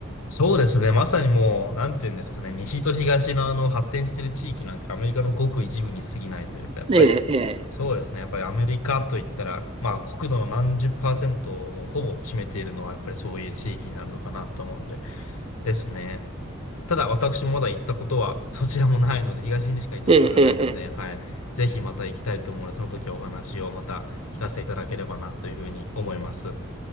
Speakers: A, on the left (about 85°); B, on the right (about 25°).
A: そうですね。まさにもう、なんていうんですかね。西と東のあの発展している地域なんかアメリカのごく一部に過ぎないというか、やっぱり
B: えーえ
A: そうですね。やっぱりアメリカといったら、まあ国土の何十パーセントをもうほぼ占めているのはやっぱりそういう地域になるのかなと思うので、ですね。ただ私もまだ行ったことはそちらもないので、東にしか行ったことがないので、
B: ーえーえーえー
A: はい。ぜひまた行きたいと思うので、その時はお話をまた聞かせていただければなというふうに思います。